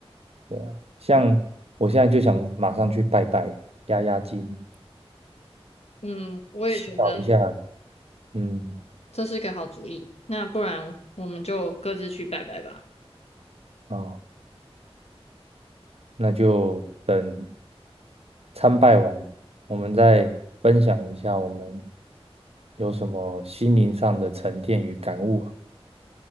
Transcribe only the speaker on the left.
嗯，我也觉得。
这是个好主意。那不然我们就各自去拜拜吧。